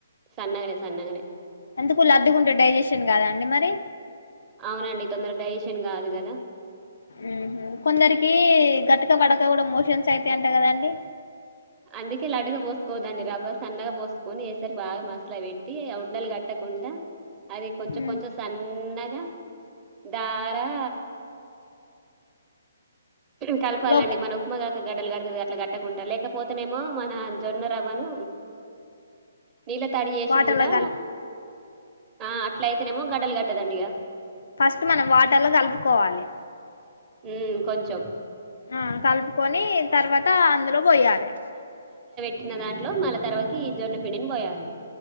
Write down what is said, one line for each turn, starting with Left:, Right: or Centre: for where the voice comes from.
Right: సన్నగనే సన్నగనే
Left: ఎందుకు లడ్డుగుంటే డైజేషన్ కాదా అండి మరి
Right: అవునండి తొందర డైజేషన్ కాదు కదా
Left: మ్ హ్ కొందర్కి గట్క పడక కూడా మోషన్స్ అయితయంట కదండి
Right: అందుకే లడ్డుగా పోస్కోవద్దండి రవ్వ సన్నగా పోస్కొని ఎసర్ బాగా మసల పెట్టి ఉండల్ కట్ కట్టకుంట అది కొంచెం
Left: ఉమ్
Right: కొంచెం సన్న గా దారా కలపాలండి
Left: లోప
Right: మన ఉప్మాగాక గడ్డల్ గడతది అట్లా గట్టకుంటా లేకపోతేనేమో మన జొన్న రవ్వను నీళ్ళ తడి చేేసి
Left: వాటర్లో
Right: గుడా
Left: కలిపి
Right: ఆ అట్ల అయితేనేమో గడ్డలు గట్ కట్టదండి ఇగ
Left: ఫస్ట్ మనం వాటర్లో కలుప్కోవాలె
Right: మ్ కొంచం
Left: ఆ కల్పుకొని తర్వాత ఇంకా అందులో పోయాలె
Right: ట్టిన దాంట్లో మళ్ళ తర్వాత గీ జొన్న పిండిని పోయాలి